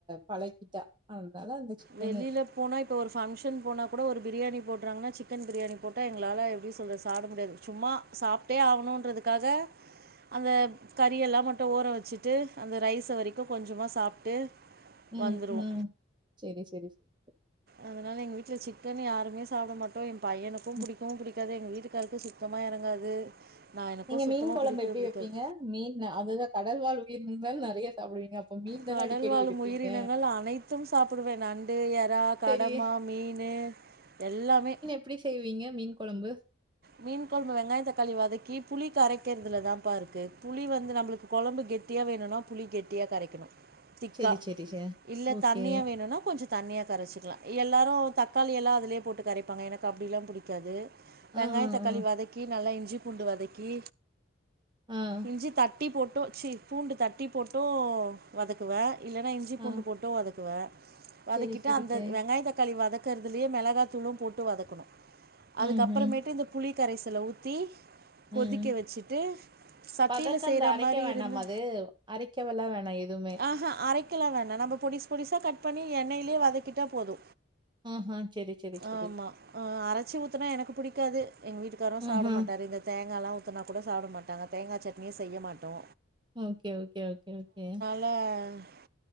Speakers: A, on the right; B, on the right.
A: பழக்கிட்டா அதனால அந்த சிக்கனு.
B: வெளிலப் போனா இப்போ ஒரு பங்க்ஷன் போனா கூட ஒரு பிரியாணி போடுறாங்கன்னா சிக்கன் பிரியாணி போட்டா எங்களா எப்டி சொல்றது சாப்ட முடியாது சும்மா சாப்ட்டே ஆகணுன்றதுக்காக அந்த கறியெல்லா மட்டு ஓரோ வச்சுட்டு அந்த ரைஸை வரைக்கு கொஞ்சமா சாப்ட்டு
A: ம்
B: வந்துருவோ
A: ம் செரி செரி செரி
B: அதனால எங்க வீட்ல சிக்கன் யாருமே சாப்ட மாட்டோ எ பையனுக்கு
A: ம்.
B: புடிக்கவு புடிக்காது எங்க வீட்டுக் க்காருக்கு சுத்தமா இறங்காது நா எனக்கு
A: நீங்க
B: சுத்தமா
A: மீன் குழம்பு
B: புடிக்கவே
A: எப்படி
B: புடிக்காது
A: வைப்பீங்க? மீன் அதுதா கடல் வாழ் உயரினிங்கள் நெறையா சாப்பிடுவீங்க அப்போ மீன்
B: கடல்
A: தானே அடிக்கடி
B: வாழும்
A: எடுப்பீங்க.
B: உயிரினங்கள் அனைத்து சாப்பிடுவே நண்டு எறா கடம்பா
A: சரி,
B: மீனு எல்லாமே
A: எப்டி செய்வீங்க மீன் குழம்பு
B: மீன் கொழம்பு வெங்காய தக்காளி வதக்கி புளி கரைக்கிறதுலதான்பா இருக்கு புளி வந்து நம்மளுக்கு கொழம்பு கெட் டியா வேணுனா புளி கெட்டியா கரைக்கணு திக்கா
A: சரி, சரி, சரி.
B: இல்ல
A: ஓகே.
B: தண்ணியா வேணுனா கொஞ்ச தண்ணியா கரைச்சிக்கலா எல்லாரு தக்காளி எல்லா அதிலேயே போட்டு கரைப்பாங்க எனக்கு அப்டிலா புடிக்காது வெங்காயம்
A: ஆ, ஆ,
B: தக்காளி வதக்கி நல்லா இஞ்சி பூண்டு வதக்கி
A: ஆ. ஆ,
B: இஞ்சி தட்டி போட்டு சி பூண்டு தட்டி போட்டு வதக்குவே இல்லைன்னா இ ஞ்சி பூண்டு
A: ஆ.
B: போட்டு வதக்குவே வதக்கிட்டு
A: செரி செரி
B: அந்த
A: செரி
B: வெங்காய தக்காளி வதக் க்கிறதலயே மிளகாத்தூளு போட்டு வதக்கணு அதுக்கப்
A: ம் ம்
B: து இந்த புளி கரைசலை ஊத்தி கொதிக்க
A: ம்
B: வச்சுட்டு சட்டியில
A: பதக்கந்த
B: செய்ற
A: அரைக்க
B: மாரி
A: வேண்டாமா
B: இருந்தா
A: அது அரைக்கவெல்லா வேணா எதுவுமே
B: ஆஹா அரைக் க்கல்லா வேண்டா நம்ப பொடிஸ் பொடிஸ்ஸா கட் பண்ணி எண்ணயிலே வதக்கிட்டா போது
A: ஆஹா செரி செரி செரி
B: ஆமா ஆ அரச்சி ஊத்துனா எனக்கு புடிக்காது எங்க வீட்டுக்காரு சாப்ட
A: ஆஹா
B: மாட்டா இந்தத் தேங்கால்லா ஊத்துன்னா குட சாப்புட மாட்டாங்க தேங்கா சட்னியே செய்ய மாட்டோ
A: ஓக்கே ஓக்கே ஒக்கே ஒக்கே
B: ஆ